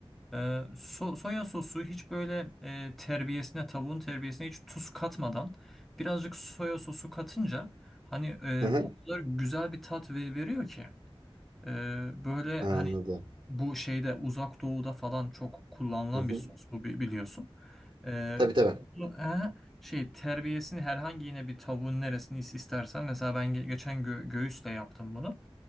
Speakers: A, in the centre; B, on the right (about 55°).
A: Ee, so- soya sosu hiç böyle e, terbiyesine, tavuğun terbiyesine hiç tuz katmadan birazcık soya sosu katınca hani e,
B: Hı hı.
A: o kadar güzel bir tat ve- veriyor ki. E, böyle
B: Anladım.
A: hani bu şeyde uzak doğuda falan çok kullanılan
B: Hı hı.
A: bir sos bu bi- biliyorsun. E,
B: Tabii tabii.
A: bu- e, şey terbiyesini herhangi yine bir tavuğun neresini is- istersen mesela ben ge- geçen gö- göğüsle yaptım bunu.